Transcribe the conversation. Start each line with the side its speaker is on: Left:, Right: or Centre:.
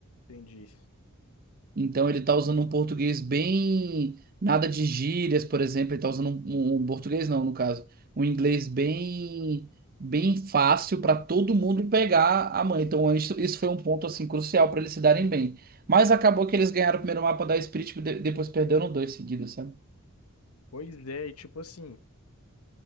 Left: Entendi.
Right: Então ele tá usando um português bem. Nada de gírias, por exemplo. Ele tá usando um, um um português, não, no caso. Um inglês bem. Bem fácil para todo mundo pegar a mãe. Então, isso, isso foi um ponto assim crucial para eles se darem bem. Mas acabou que eles ganharam o primeiro mapa da Spirit e de- depois perderam dois seguidos, sabe?
Left: Pois é, e tipo assim,